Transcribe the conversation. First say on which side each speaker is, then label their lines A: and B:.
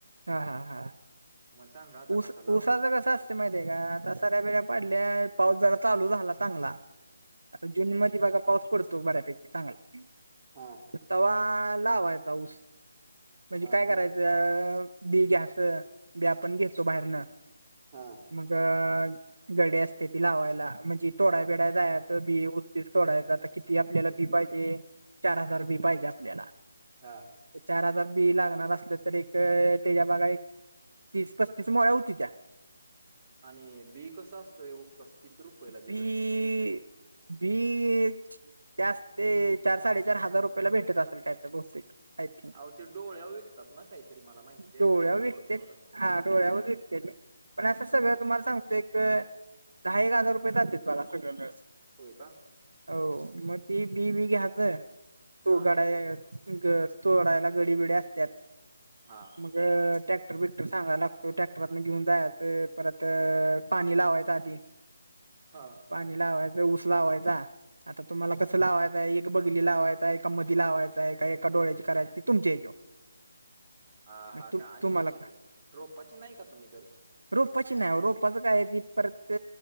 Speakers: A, on the right; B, on the right.
A: हा हा हा
B: मग सांगा आता
A: उस
B: कसा लावायचा.
A: ऊसाचं कसं असत माहिते का? आता साऱ्या, बिऱ्या पाडल्या पाऊस जरा चालू झाला चांगला. आता जुून मध्ये बघा पाऊस पडतो बऱ्यापैकी चांगला.
B: हा
A: तवा लावायचा ऊस म्हणजे
B: हा
A: काय? करायचं
B: का
A: बी घ्याचं. बी आपण घेतो. बाहेरनं
B: हा
A: मग गडी अस ते बी लावायला. म्हणजे तोडा्य बिडा्या जाय बी उसबीस तोडायचा किती? आपल्याला बी पाहिजे. चार हजार बी पाहिजे आपल्याला.
B: हां.
A: चार हजार बी लागणार असलं तर एक त्याच्या बघा एक- तीस, पस्तीस मोळ्या होती त्या.
B: आणि बी कसं? असतं येऊ कस किती रुपयाला
A: बी
B: भेटतं.
A: बीच जास्त ते चार, साडेचार हजार रुपयाला भेटत असेल काय तर बहुतेक. अच्छा!
B: अहो ते डोळ्यावर विकतात ना काहीतरी मला माहिती आहे
A: डोळ्या
B: थोडं
A: विकते
B: थोडं
A: हा डोळ्यावर विकते ते. पण असं सगळं तुम्हाला सांगतो एक दहा एक हजार रुपये जातेत बघा सगळं मिळून.
B: होय का?
A: हो मग ती बी बी घ्याच
B: हा
A: तू गडा ग तोडायला गडीबिडी असत्यात.
B: हा.
A: मग टॅक्टर बिकटर सांगा लागतो ट्रॅक्टरातन घेऊन जायच परत पाणी लावायच आधी.
B: हा.
A: पाणी लावायच ऊस लावायचा आता तुम्हाला कसं लावायच एक बगली लावायचाय एका मधि लावायचंय का एकाडोळ्याची करायची ते तुमच्या ह्याच्यावर
B: हा
A: म्हणजे
B: हा
A: तु
B: का आणि
A: तुम्हाला का
B: रोपाची नाही का तुम्ही करत?
A: रोपाची नाही रोपाचं काय ती परत